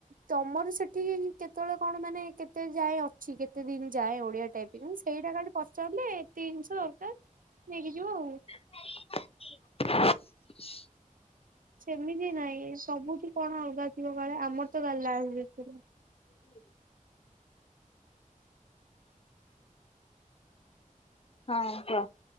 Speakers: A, on the right (about 75°); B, on the left (about 45°).
A: ତମର ସେଠି କେତ୍? କେତେବେଳେ କଣ ମାନେ କେତେ ଯାଏଁ ଅଛି କେତେ ଦିନ ଯାଏଁ ଓଡି଼ଆ? ସେତିକି ମୁଁ ସେଇଟା କାଲି ପଚାରିଲି। ତିନଶ ଦରକାର ନେଇକି ଯିବ ଆଉ।
B: <unintelligible>
A: ସେମିତି ନାଇଁ ସବୁଠି କଣ ଅଲଗା ଥିବ? କାଳେ ଆମର ତ ଗାଲା <unintelligible>
B: ହୁଁ। ହଁ, କୁଅ।